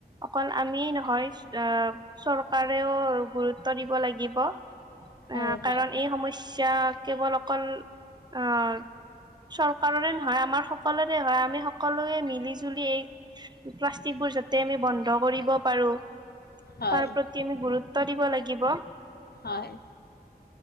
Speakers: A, on the right; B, on the left.
A: অকল আমিয় নহয়, অ' চৰকাৰেও গুৰুত্ব দিব ল লাগিব আহ
B: হয় হয়
A: কাৰণ এই সমস্যা কেৱল অকল অ' চৰকাৰৰে নহয়, আমাৰ সকলোৰে হয়, আমি সকলোৱে মিলি জুলি এই প্লাষ্টিকবোৰ যাতে আমি বন্ধ কৰিব পাৰো।
B: হয়
A: তাৰ প্ৰতি আমি গুৰুত্ব দিব লাগিব।
B: হয়।